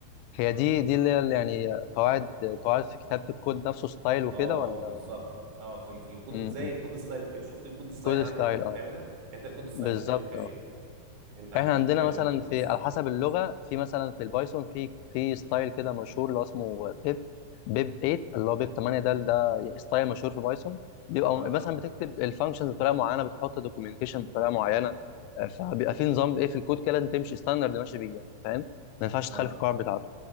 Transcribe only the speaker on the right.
اه
بالظبط اه في ال- في الكود
زي الكود ستايل كده شفت الكود ستايل
عندك
وانت
بتعملها يعني انت الكود ستايل
بتعمل فيها
ايه انت عندكم
بتعملوا
ايه في الكود
السايل
اه
اه